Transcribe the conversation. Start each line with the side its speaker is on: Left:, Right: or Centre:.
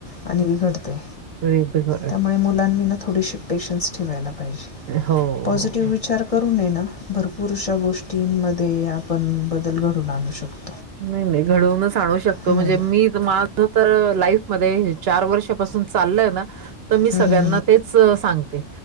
Left: आणि बिघडतंय.
Right: होय बिघड
Left: त्यामुळे मुलांनी ना थोडीशी पेशन्स ठेवायला पाहिजे
Right: हो,
Left: पॉझिटिव्ह
Right: हो.
Left: विचार करू नये ना भरपूर अशा गोष्टींमध्ये आपण बदल घडून आणू शकतो.
Right: नाही नाही घडवूनच आणू शकतो
Left: हम्म,
Right: म्हणजे मी मा तर लाईफ मध्ये हे चार वर्षापासून चाललंय ना तर मी सगळ्यांना
Left: हम्म, हम्म.
Right: तेच सांगते.